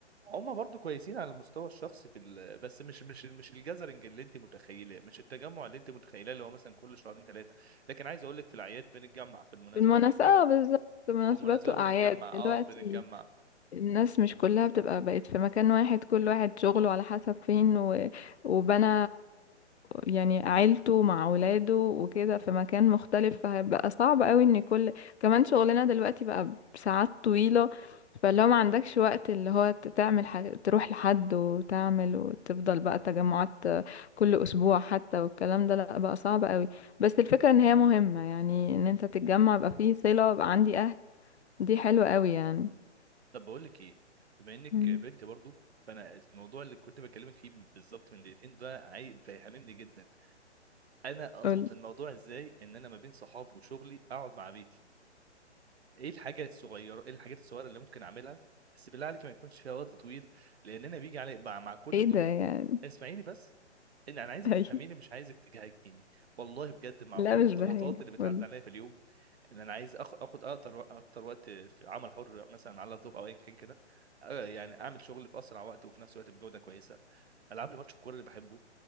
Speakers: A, on the right; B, on the left.
A: هم برضو كويسين على المستوى الشخصي في ال... بس مش مش مش الجازرنج اللي انت متخيله مش التجمع اللي انت متخيله اللي هو مثلا كل شهرين ثلاثه لكن عايز اقول لك في الاعياد بنتجمع في المناسبه
B: بالمناسبة
A: بنتجمع
B: اه بالظبط مناسبات
A: في المناسبات
B: وأعياد
A: بنتجمع
B: دلوقتي
A: اه بنتجمع
B: الناس مش كلها بتبقى بقت في مكان واحد كل واحد شغله على حسب فين و... وبنى يعني عيلته مع ولاده وكده في مكان مختلف فهيبقى صعب قوي ان كل كمان شغلنا دلوقتي بقى بساعات طويلة فلو ما عندكش وقت اللي هو ت- تعمل حاجة تروح لحد وتعمل وتفضل بقى تجمعات كل اسبوع حتى والكلام ده لا بقى صعب قوي بس الفكرة ان هي مهمة يعني ان انت تتجمع يبقى فيه صلة يبقى عندي اهل دي حلوة قوي يعني
A: طب بقول لك ايه بما انك
B: مم.
A: بنت برضو فانا الموضوع اللي كنت بكلمك فيه بالظبط من دقيقتين ده عايب فاهمني جدا انا اظبط
B: قولي.
A: الموضوع ازاي ان انا ما بين صحابي وشغلي اقعد مع بيتي ايه الحاجه الصغيره ايه الحاجات الصغيره اللي ممكن اعملها بس بالله عليك ما يكونش فيها وقت طويل لان انا بيجي علي مع, مع كل
B: ايه
A: الضغوط
B: ده يعني
A: اسمعيني
B: <laughs>
A: بس ان انا عايزك
B: ايوه
A: تفهميني مش عايزك تجاهجميني والله بجد مع
B: لا
A: كل
B: مش
A: الضغوطات
B: بهاجة
A: اللي بتعدي
B: قولي
A: عليا في اليوم ان انا عايز أخ... اخد اكتر اكتر وقت في عمل حر مثلا على اللابتوب او ايا كان كده آه، يعني اعمل شغل في اسرع وقت وفي نفس الوقت بجوده كويسه العب لي ماتش الكوره اللي بحبه